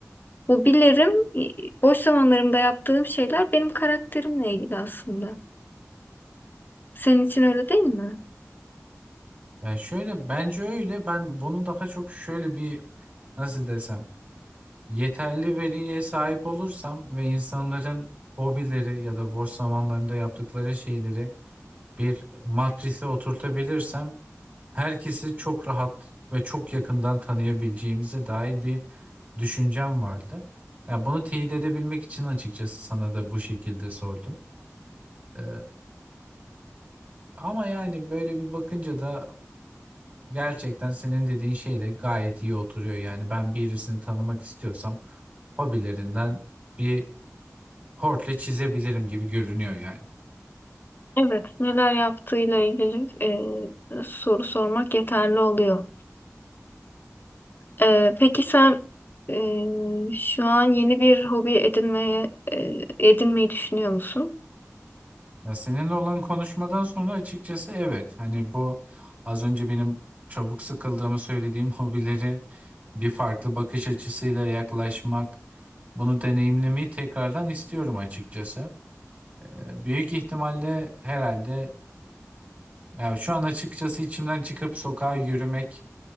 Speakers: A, on the left; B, on the right.
A: Hobilerim, e, boş zamanlarımda yaptığım şeyler benim karakterimle ilgili aslında. Senin için öyle değil mi?
B: Yani şöyle bence öyle ben bunu daha çok şöyle bir nasıl desem Yeterli veriye sahip olursam ve insanların hobileri ya da boş zamanlarında yaptıkları şeyleri bir matrise oturtabilirsem herkesi çok rahat ve çok yakından tanıyabileceğimize dair bir düşüncem vardı. Ya bunu teyit edebilmek için açıkçası sana da bu şekilde sordum. Ee, ama yani böyle bir bakınca da gerçekten senin dediğin şeyle gayet iyi oturuyor. Yani ben birisini tanımak istiyorsam hobilerinden bir Hortle çizebilirim gibi görünüyor yani.
A: Evet, neler yaptığıyla ilgili e, soru sormak yeterli oluyor. Ee, peki sen e, şu an yeni bir hobi edinmeye e, edinmeyi düşünüyor musun?
B: Ya seninle olan konuşmadan sonra açıkçası evet. Hani bu az önce benim çabuk sıkıldığımı söylediğim <laughs> hobileri bir farklı bakış açısıyla yaklaşmak, bunu deneyimlemeyi tekrardan istiyorum açıkçası. Ee, Büyük ihtimalle herhalde Ya şu an açıkçası içimden çıkıp sokağa yürümek,